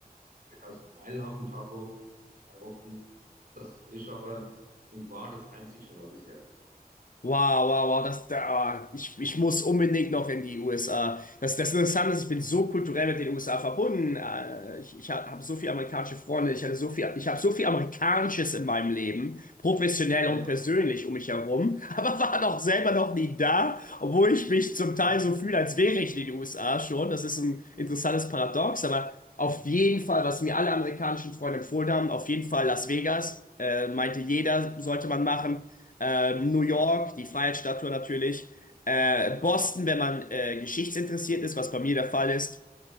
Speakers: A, on the right (about 60°); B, on the left (about 60°).
A: 3000 Meilen auf dem Tacho nach zwei Wochen. Das ist aber und war das einzigste Mal bisher.
B: Wow, wow, wow, das, da, ah, ich, ich muss unbedingt noch in die USA. Das, das Interessante ist, ich bin so kulturell mit den USA verbunden. Äh, Ich, ich habe so viele amerikanische Freunde, ich hatte so viel, ich habe so viel Amerikanisches in meinem Leben, professionell
A: Ah
B: und
A: ja,
B: persönlich um mich herum, <laughs> aber war doch selber noch nie da, obwohl ich mich zum
A: okay.
B: Teil so fühle, als wäre ich in den USA schon. Das ist ein interessantes Paradox, aber auf jeden Fall, was mir alle amerikanischen Freunde empfohlen haben, auf jeden Fall Las Vegas, äh, meinte jeder, sollte man machen ähm,
A: Ja,
B: New York, die Freiheitsstatue
A: ja,
B: natürlich, äh,
A: ja,
B: Boston, wenn man äh, geschichtsinteressiert ist, was bei mir der Fall ist,